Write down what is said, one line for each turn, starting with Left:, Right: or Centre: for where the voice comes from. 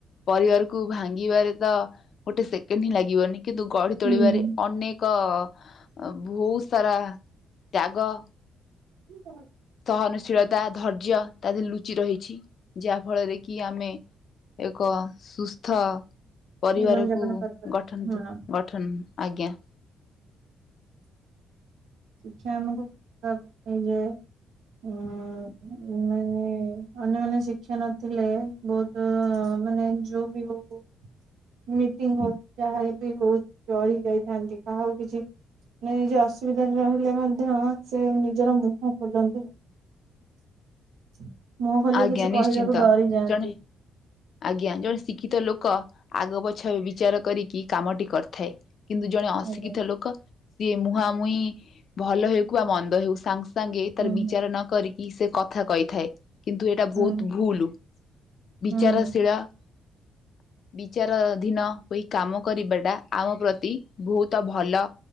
Left: ପରିବାର କୁ ଭାଙ୍ଗିବାରେ ତ ଗୋଟେ ସେକେଣ୍ଡ ହିଁ ଲାଗିବନି। କିନ୍ତୁ ଗଢ଼ି ତୋଳିବାରେ
Right: ହୁଁ ହୁଁ।
Left: ଅନେକ କ ଅଁ ଭୋହୁତ ସାରା ତ୍ୟାଗ
Right: <inaudible>
Left: ସହନଶୀଳତା ଧୈର୍ଯ୍ୟ ତା ଦେହରେ ଲୁଚି ରହିଛି ଯାହା ଫଳରେ କି ଆମେ ଏକ ସୁସ୍ଥ ପରିବାରକୁ
Right: ଜୀବନ ଯାପନ କରିପାରୁ
Left: ଗଠନ
Right: ହଁ
Left: ତ ଗଠନ ଆଜ୍ଞା।
Right: ଶିକ୍ଷା ଆମକୁ <unintelligible> ନେଇଯାଏ। ଉଁ ମାନେ ଅନ୍ୟ ମାନେ ଶିକ୍ଷା ନଥିଲେ ବୋହୁତୁ ମାନେ ଯୋଉ ବି ହୋଉ। ମିଟିଙ୍ଗି ହୋଉ ଯାହା ବି ହୋଉ <unintelligible> ଯାଇଥାନ୍ତି କାହାକୁ କିଛି ମାନେ ଯିଏ ଅସୁବିଧାରେ ରହିଲେ ମଧ୍ୟ ସେ ନିଜର ମୁହଁ ଖୋଲନ୍ତିନି। ମୁହଁ ଖୋଲି
Left: ଆଜ୍ଞା
Right: କିଛି
Left: ନିଶ୍ଚିନ୍ତ
Right: କହିବାକୁ ଡରିଯାଆନ୍ତି।
Left: ଜଣେ ଆଜ୍ଞା ଜଣେ ଶିକ୍ଷିତ ଲୋକ ଆଗ ପଛ ବିଚାର କରିକି କାମଟି କରିଥାଏ। କିନ୍ତୁ ଜଣେ ଅଶିକ୍ଷିତ
Right: ଆଜ୍ଞା
Left: ଲୋକ ସିଏ ମୁହାଁମୁହିଁ ଭଲ ହେଉ କୁବା ମନ୍ଦ ହେଉ ସାଙ୍ଗ ସାଙ୍ଗେ
Right: ହୁଁ
Left: ତାର ବିଚାର ନ କରିକି ସେ କଥା କଇଥାଏ। କିନ୍ତୁ ଏଟା ବୋହୁତ
Right: ହୁଁ
Left: ଭୁଲୁ ବି
Right: ହୁଁ ହୁଁ
Left: <unintelligible> ବିଚାରଧୀନ ହୋଇ କାମ କରିବାଟା ଆମ ପ୍ରତି ବୋହୁତ ଭଲ।